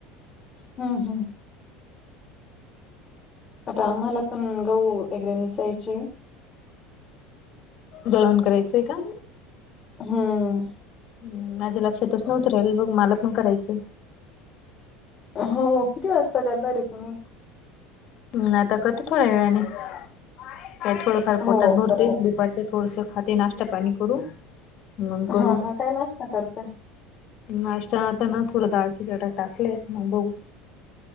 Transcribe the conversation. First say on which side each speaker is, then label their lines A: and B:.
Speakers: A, on the left; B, on the left.
A: हम्म हम्. आता आम्हाला पण गहु वगैरे नसायचे.
B: दळण करायचंय का?
A: हम्म.
B: ह् माझ्या लक्षातच नव्हतं राहिल बघ मला पण करायचं.
A: हो किती वाजता, करणार रे तुम्ही.
B: ह आता करते थोड्या वेळाने थोडंफार
A: हो
B: पोटात, भरते
A: करा
B: दुपारचे थोडसे. हात नाश्ता पाणी, करू हम करू
A: हा हा काय नाश्ता करताय
B: नाश्ता आता ना थोडं, दाळखकीचाड टाकलेयत मग बघ.